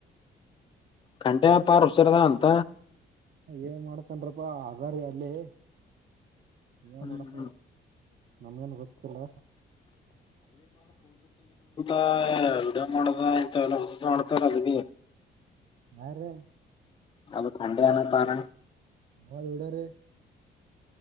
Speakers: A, on the left; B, on the right.
A: ಕಂಟೆ ಪಾರ ಉಷರದ ಅಂತ.
B: ಏನ್ ಮಾಡತನಪ್ಪಾ ಅಗಾರಿ ಅಲ್ಲಿ ಏನ
A: ಹ್ಮ್
B: ಮಾಡತ್.
A: ಹ್ಮ್
B: ನಮ್ಗೇನ್ ಗೊತ್ತಿಲ್ಲ.
A: ಅಡ ಮಾಡದ ಎಲ್ಲ ಮಾಡ್ತಾರ ಅದ್ ಬಿ <unintelligible>
B: ಯಾರ್ರೀ
A: ಅದು ಕಂಡ ನ ತರ
B: ನ ಎವಡಾರೆ <unintelligible>